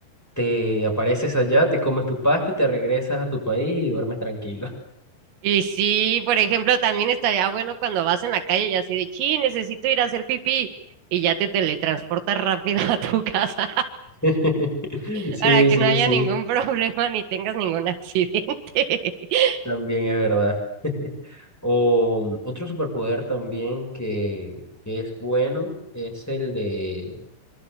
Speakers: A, in the centre; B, on the right.
A: te apareces allá, te comes tu pasta y te regresas a tu país y duermes tranquilo.
B: Y sí, por ejemplo, también estaría bueno cuando vas en la calle y así de, sí, necesito ir a hacer pipí. Y ya te teletransportas rápido <laughs> a tu casa
A: <laughs>
B: <laughs>
A: Sí,
B: para que
A: sí,
B: no haya
A: sí,
B: ningún problema ni tengas ningún accidente. <laughs>
A: también es verdad. <laughs> O mm, otro superpoder también que, que es bueno es el de,